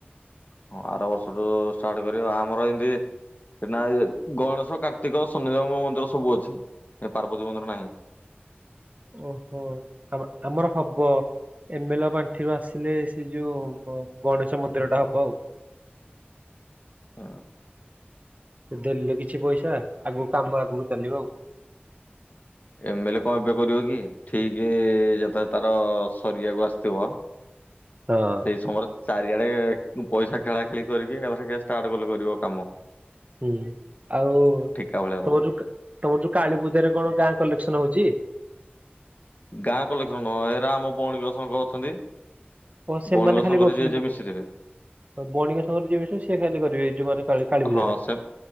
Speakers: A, on the left (about 45°); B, on the right (about 40°).
A: ହଁ ଆର ବର୍ଷଠୁ ଷ୍ଟାର୍ଟ କରିବ ଆମର ଏମତି ସେଟ ଗଣେଶ କାର୍ତ୍ତିକ ଶନିଦେବଙ୍କ ମନ୍ଦିର ସବୁ ଅଛି ପାର୍ବତୀ ମନ୍ଦିର ନାହିଁ।
B: ଓହୋ ଆ ଆମର ହବ। ଏମଲ ପାଣ୍ଠିରୁୁ ଆସିଲେ ସେ ଯୋଉ ଗଣେଶ ମନ୍ଦିର ଟା ହବ ଆଉ।
A: ହ
B: ସେ ଦେଲେ କିଛି ପଇସା ଆଗକୁ କାମ ଆଗକୁ ଚାଲିବ ଆଉ
A: ଏମଲେ କଣ ଏବେ କରିବ କି ଠିକ ଯେତେବେଳେ ତାର ସରିିବାକୁ ଆସିଥିବ
B: ହଁ
A: ସେଇ ସମୟରେ ଚାରିଆଡେ ପଇସା ଖେଳା ଖେଳି କରିକି ଷ୍ଟାର୍ଟ କଲେ କରିବ କାମ।
B: ହୁଁ ଆଉ
A: ଠିକା ଭଳିଆ ହବ।
B: ତମର ଯୋଉ ତମର ଯୋଉ କା କାଳୀପୂଜରେ କଣ ଗାଁ କଲେକ୍ସନ ହଉଛି।
A: ଗାଁ କ କଲେକ୍ସନ ନୁହଁ ହେରା ଆମ ବଣୀଙ୍କ ଶଙ୍ଗ ଅଛନ୍ତି।
B: ଓ ସେମାନେ
A: ବଣର
B: ଖାଲି
A: ସଂଙ୍ଗରେ
B: କରୁଛନ୍ତି
A: ଯିଏ
B: ବ-
A: ଯିଏ ମିଶିଥିବେ
B: ବଣିକ ସଂଘ ରେ ଯିଏ ମିଶିବେ ସିଏ ଖାଲି କରିବେ ଯୋଉମାନେ କାଳୀ କାଳୀ ପୂଜା
A: ହଁ
B: ଟା।
A: ସେ